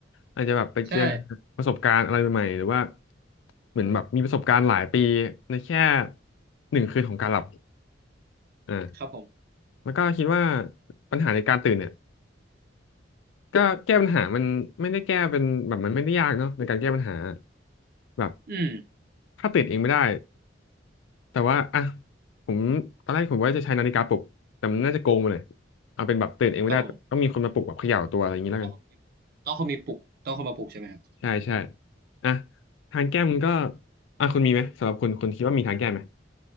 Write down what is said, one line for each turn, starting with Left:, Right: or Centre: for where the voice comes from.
Left: อาจจะแบบไปเจอ
Right: ใช่
Left: ประสบการณ์อะไรใหม่ๆหรือว่าเหมือนแบบมีประสบการณ์หลายปีในแค่หนึ่งคืนของการหลับอ่า
Right: ครับผม
Left: แล้วก็คิดว่าปัญหาในการตื่นเนี่ย ก็แก้ปัญหามันไม่ได้แก้เป็นแบบมันไม่ได้ยากเนาะในการแก้ปัญหาแบบ
Right: อืม
Left: ถ้าติดเองไม่ได้แต่ว่าอ่ะผมตอนแรกผมว่าจะใช้นาฬิกาปลุกแต่มันน่าจะโกงไปเลยเอาเป็นแบบตื่นเองไม่ได้ต้องมีคนมาปลุกแบบเขย่าตัวอะไรอย่างนี้แล้วกัน
Right: ครับผมต้องคงมีต้องคงมีปลุกต้องคงมาปลุกใช่ไหมครับ
Left: ใช่ใช่อ่ะทางแก้มันก็อ่ะคุณมีไหมสำหรับคุณคุณคิดว่ามีทางแก้ไหม